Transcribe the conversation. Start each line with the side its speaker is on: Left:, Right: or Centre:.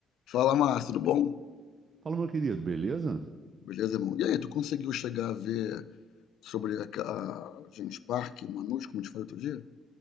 Left: Fala, Márcio, tudo bom?
Right: Fala, meu querido, beleza?
Left: Beleza, irmão? E aí, tu conseguiu chegar a ver sobre a, a James Park, o Manus, como eu te falei outro dia?